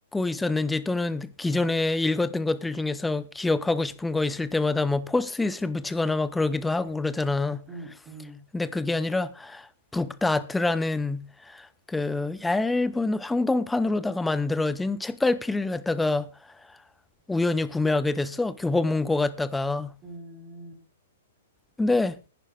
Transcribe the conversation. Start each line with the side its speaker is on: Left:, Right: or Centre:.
Centre: 있었는지 또는 기존에 읽었던 것들 중에서 기억하고 싶은 거 있을 때마다 뭐 포스트잇을 붙이거나 막 그러기도 하고 그러잖아.
Right: 음, 음,
Centre: 근데 그게 아니라 북다트라는 그 얇은 황동판으로다가 만들어진 책갈피를 갖다가 우연히 구매하게 됐어. 교보문고 갔다가.
Right: 음,
Centre: 근데